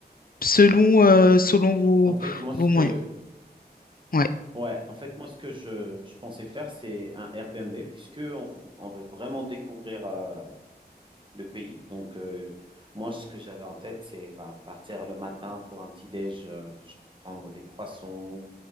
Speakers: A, on the left; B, on the right.
A: selon, euh, selon vos,
B: En fait, moi, ce
A: vos moyens.
B: que,
A: Ouais.
B: ouais, en fait, moi, ce que je, je pensais faire, c'est un Airbnb, puisque on, on veut vraiment découvrir euh, le pays. Donc, euh, moi, ce que j'avais en tête, c'est bah, partir le matin pour un petit déj, euh, genre prendre des croissants